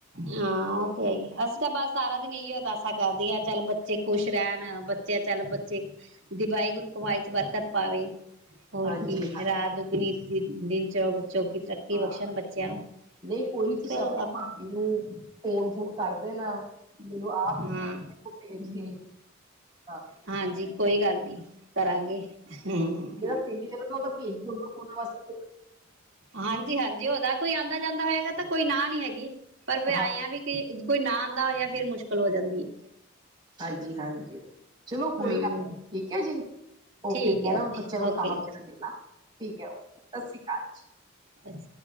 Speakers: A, on the right (about 65°); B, on the right (about 25°).
A: ਹਾਂ, ਉਹ ਤੇ ਹੈ ਹੀ ਆ, ਅਸੀਂ ਤਾਂ ਬਸ ਸਾਰਾ ਦਿਨ ਇਹੀ ਅਰਦਾਸਾਂ ਕਰਦੇ ਹਾਂ ਚੱਲ ਬੱਚੇ ਖੁਸ਼ ਰਹਿਣ, ਬੱਚ ਚਲ ਬੱਚੇ, ਜੇ ਵਾਹਿਗੁਰੂ ਕਮਾਈ ਚ ਬਰਕਤ ਪਾਵੇ। ਹੋਰ
B: ਹਾਂਜੀ
A: ਕੀ ਰਾਤ ਦੁੱਗਣੀ ਦਿਨ ਚੁ ਚੁਰਗੀ ਤਰੱਕੀ
B: ਹਾਂ
A: ਬਖਸ਼ਣ ਬੱਚਿਆ ਨੂੰ। <inaudible>
B: ਨਹੀਂ ਕੋਈ ਨੀ ਤੁਸੀਂ
A: ਚਲੋ
B: ਆਪਣੇ ਮੈਨੂੰ ਫੋਨ ਫੁਨ ਕਰ ਦੇਣਾ ਮੈਨੂੰ ਆਪ
A: ਹਾਂ
B: ਭੇ ਭੇਜ <unintelligible>
A: ਹਾਂਜੀ ਕੋਈ ਗੱਲ ਨੀ ਕਰਾਂਗੇ ਹੂੰ।
B: ਜਿਹੜਾ ਪਿੰਡ ਚ ਉਹਦਾ ਭੇਜ ਦੁ ਓਹਨਾ ਵਾਸਤੇ ਇਕ
A: ਹਾਂਜੀ-ਹਾਂਜੀ, ਉਹਦਾ ਕੋਈ ਆਂਦਾ ਜਾਂਦਾ ਹੋਏਗਾ ਤਾਂ ਕੋਈ ਨਾ ਨੀ ਹੈਗੀ, ਪਰ ਵੈ
B: ਹਾਂ
A: ਆਏ ਆ ਵੀ। ਪੀ ਕੋਈ ਨਾ ਆਂਦਾ ਹੋਇਆ ਫੇਰ ਮੁਸ਼ਕਿਲ ਹੋ ਜਾਂਦੀ ਏ।
B: ਹਾਂਜੀ ਹਾਂਜੀ, ਚਲੋ
A: ਹੈ
B: ਕੋਈ
A: ਹੂੰ।
B: ਗੱਲ ਠੀਕ ਹੈ ਜੀ।
A: ਠੀਕ
B: ਓਕੇ ਮੈਂ
A: ਹੈ
B: ਨਾ
A: ਜੀ
B: ਬੱਚਿਆਂ ਨੂੰ
A: ਓਕੇ
B: ਖਾਣਾ ਵਗ਼ੈਰਾ ਦੇ ਦਾ, ਠੀਕ ਹੈ ਸਤਿ ਸ੍ਰੀ ਅਕਾਲ।
A: ਅੱ